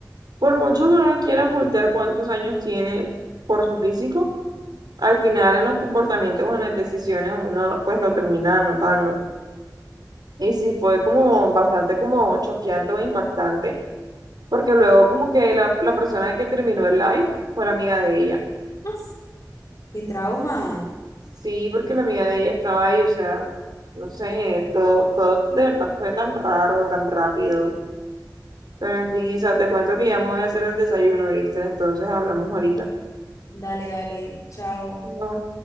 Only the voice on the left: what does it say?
<laughs> Qué trauma.
Dale, dale, chao.